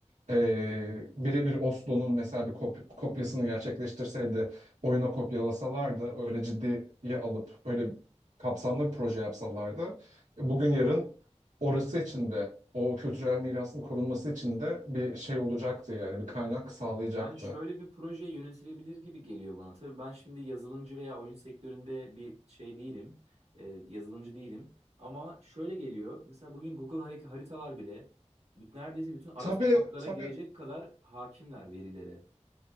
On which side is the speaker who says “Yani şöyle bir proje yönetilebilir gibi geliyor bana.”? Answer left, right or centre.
Right